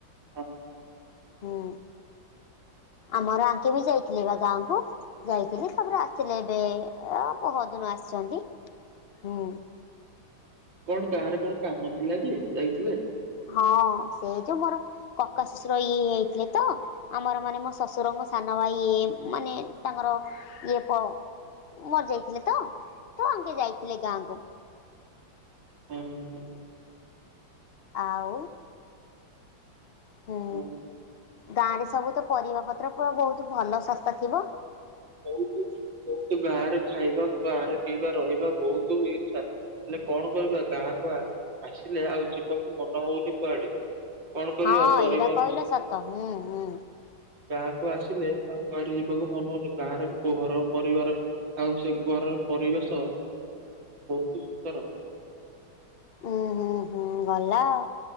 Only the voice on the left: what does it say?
ହୁଁ। ଆମର ଆଙ୍କେ ବି ଯାଇଥିଲେ ବା ଗାଁକୁ ଯାଇଥିଲେ ତାପରେ ଆସିଥିଲେ ଏବେ ଏ ପରଦିନ ଆ ଆସୁଚନ୍ତି ହୁଁ।
ହଁ ସେଇ ଯୋଉ ମୋର କକା ଶ୍ୱଶୁର ଇଏ ହେଇଯାଇଥିଲେ ତ ଆମର ମାନେ ମୋ ଶଶୁର ମୋ ସାନ ଭାଇ ମାନେ ତାଙ୍କର ଇଏ ପ ମରି ଯାଇଥିଲେ ତ ତ ଆଙ୍କେ ଯାଇଥିଲେ ଗାଁକୁ।
ଆଉ ହୁଁ।
ଗାଁ ରେ ସବୁ ତ ପରିବା ପତ୍ର ପୁରା ବହୁତ ଭଲ ଶସ୍ତା ଥିବ।
ହଁ
ଏଇଟା କହିଲ ସତ ହୁଁ। ହୁଁ
ଉୁଁ ହୁଁ ହୁଁ ଗଲା ଆ